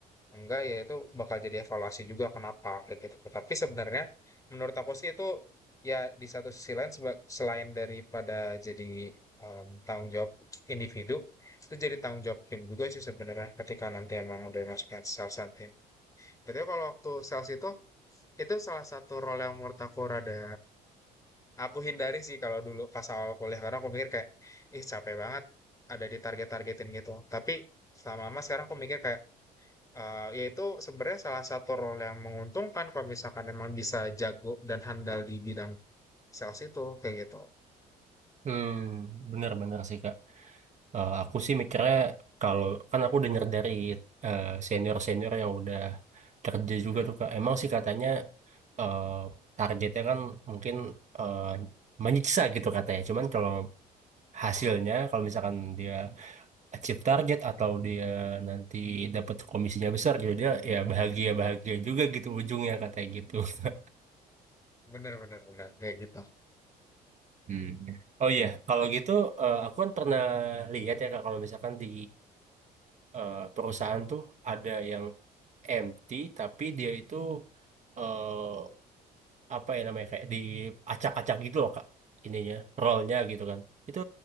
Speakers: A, on the left; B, on the right.
A: enggak ya itu bakal jadi evaluasi juga kenapa kayak gitu. Tapi sebenarnya menurut aku sih itu ya di satu sisi lain seba- selain daripada jadi em, tanggung jawab individu itu jadi tanggung jawab tim juga sih sebenarnya ketika nanti emang udah masuk ke sales and team. Berarti kalau waktu sales itu itu salah satu role yang menurut aku rada aku hindari sih kalau dulu pas awal kuliah karena aku mikir kayak ih capek banget ada ditarget targetin gitu. Tapi selama lama sekarang aku mikir kayak Eh, yaitu sebenarnya salah satu role yang menguntungkan kalau misalkan emang bisa jago dan handal di bidang sales itu kayak gitu.
B: Hmm, bener-bener sih Kak. Eh, aku sih mikirnya kalau kan aku dengar dari eh, senior-senior yang udah kerja
A: Hmm.
B: juga tuh Kak. Emang sih katanya eh, targetnya kan mungkin eh, menyiksa gitu katanya. Cuman kalau hasilnya
A: Oh,
B: kalau misalkan dia achieve target atau dia nanti dapat komisinya besar gitu dia ya bahagia-bahagia juga gitu ujungnya katanya gitu. <laughs>
A: bener bener bener kayak gitu.
B: Hmm. Oh iya, kalau gitu eh, aku kan pernah lihat ya Kak, kalau misalkan di eh, perusahaan tuh ada yang empty tapi dia itu eh apa ya namanya kayak diacak-acak gitu loh kak ininya rollnya gitu kan itu